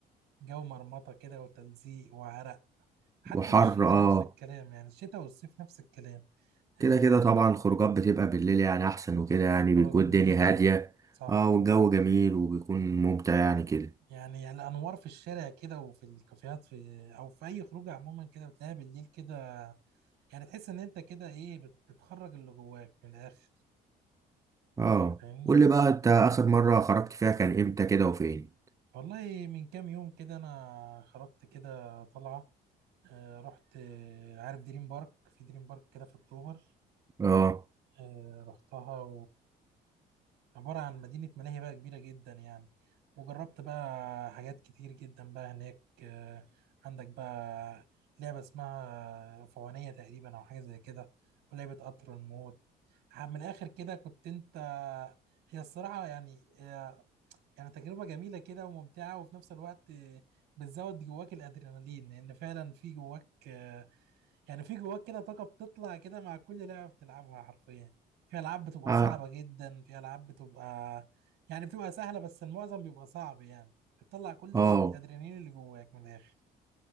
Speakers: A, on the right (about 75°); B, on the right (about 20°).
A: جو مرمطه كده وتلزيق وعرق حتى
B: وحر
A: في الشتاء
B: آه
A: نفس الكلام يعني الشتاء والصيف نفس الكلام
B: كده
A: آه،
B: كده طبعا الخروجات بتبقى بالليل يعني احسن وكده
A: الخروجات
B: يعني بيكون
A: بالليل
B: الدنيا
A: اه
B: هادية
A: صح
B: اه والجو جميل وبيكون ممتع يعني كده
A: يعني يعني الانوار في الشارع كده وفي الكافيهات في او في اي خروجه عموما كده بتلاقيها بالليل كده يعني تحس ان انت كده ايه بت- بتخرج اللي جواك من الاخر
B: اه
A: فاهمني
B: قول لي بقى
A: انت
B: انت اخر مرة خرجت فيها كان امتى كده وفين
A: والله من كام يوم كده انا خرجت كده طلعه آه، رحت آه، عارف دريم بارك في دريم بارك كده في اكتوبر
B: اه
A: آه، رحتها عبارة عن مدينة ملاهي بقى كبيرة جدا يعني وجربت بقى حاجات كتير جدا بقى هناك آه، عندك بقى لعبة اسمها فوانية تقريبا أو حاجة زي كده ولعبة قطر الموت ح- من الآخر كده كنت أنت هي الصراحة يعني آه، يعني تجربة جميلة كده وممتعة وفي نفس الوقت آه، بتزود جواك الأدرينالين لأن فعلا في جواك آه، يعني في جواك كده طاقة بتطلع كده مع كل لعبة بتلعبها حرفيا في ألعاب بتبقى
B: اه
A: صعبة جدا في ألعاب بتبقى يعني بتبقى سهلة بس المعظم بيبقى صعب يعني بتطلع كل
B: آه.
A: الأدرينالين اللي جواك من الآخر